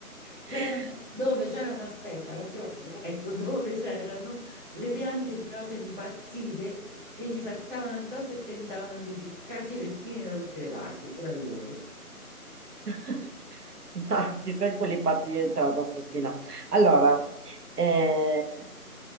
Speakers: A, on the right; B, on the right.
A: C'erano,
B: <laughs>
A: dove c'erano, aspetta, l'ho trovato, ecco, dove c'erano le piante di rose impazzite che gli saltavano addosso e tentavano di ficcarci le spine da tutte le parti, pure a lui.
B: <laughs> Ma chissà in quali parti è entrata sto spina. Allora, eh,